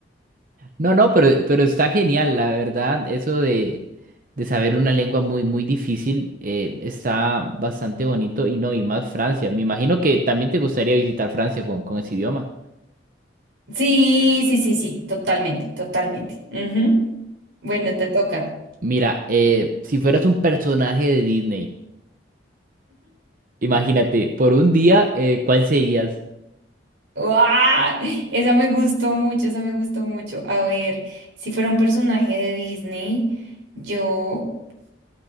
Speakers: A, on the right; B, on the right.
A: No, no, pero, pero está genial, la verdad, eso de, de saber una lengua muy, muy difícil, eh, está bastante bonito y no, y más Francia. Me imagino que también te gustaría visitar Francia con, con ese idioma.
B: Sí, sí, sí, sí, totalmente, totalmente. Ujú. Bueno, te toca.
A: Mira, eh, si fueras un personaje de Disney, imagínate, por un día, eh, ¿cuál serías?
B: ¡Uah! Esa me gustó mucho, esa me gustó mucho. A ver, si fuera un personaje de Disney, yo...